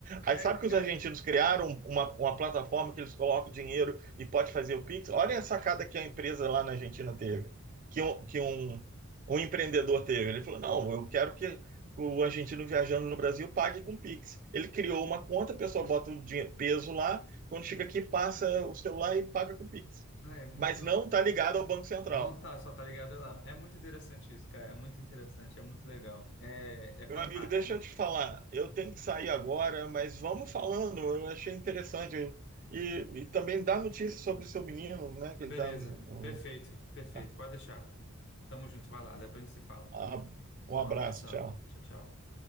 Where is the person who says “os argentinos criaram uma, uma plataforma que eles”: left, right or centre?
Right